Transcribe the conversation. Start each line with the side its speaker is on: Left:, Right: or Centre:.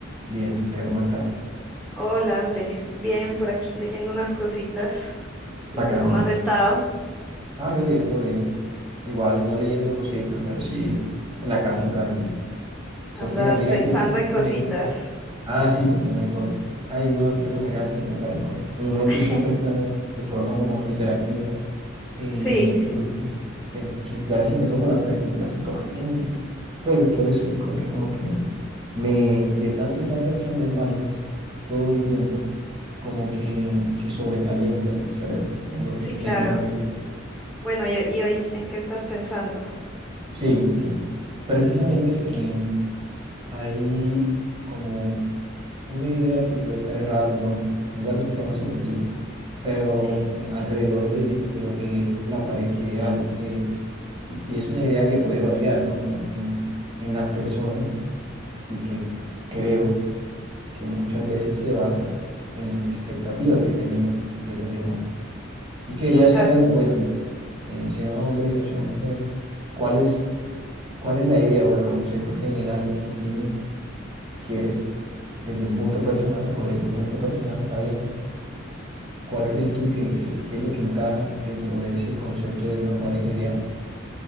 Right: Bien, Sofía, ¿cómo estás?
Centre: Hola, André. Bien, por aquí leyendo unas cositas. ¿Y
Right: Bacano,
Centre: tú cómo
Right: bacano.
Centre: has estado?
Right: Ah, yo bien, todo bien. Igual, no leyendo cositas, pero sí en la casa tranqui. Sofía,
Centre: ¿Andas
Right: mira
Centre: pensando
Right: que precisamente...
Centre: en cositas?
Right: Ah, sí, pensando en cosas. Ay, uno, yo no me canso de pensar en cosas. Mi mente
Centre: <laughs>
Right: siempre está de forma como hiperactiva. Y
Centre: Sí,
Right: yo creo que... pen- Y a veces me toco la frente y la siento caliente. Pero es por eso, yo creo que como que me... me- de tanto estar pensando en vainas todo el tiempo, como que se sobrecalienta el el cerebro. Es lo que
Centre: sí, claro.
Right: me imagino yo que...
Centre: Bueno, ¿y, y hoy en qué estás pensando?
Right: Sí, sí. Precisamente em, hay como una idea que puede estar errada, como no, igual es un tema subjetivo, pero
Centre: Sí,
Right: eh, alrededor de, de lo que es la pareja ideal, que, y, y es una idea que puede variar, ¿no? En, en, en las personas y que creo que muchas veces se basa en las expectativas que tenemos de los demás. Y quería
Centre: sí, claro.
Right: saber, bueno, eh, sea hombre o sea mujer, ¿cuál es, cuál es la idea o el concepto general que tienes? si quieres, desde un punto personal o desde un punto personal, está bien. ¿Cuál crees tú que, que, que es lo que encaja dentro de ese concepto de una pareja ideal?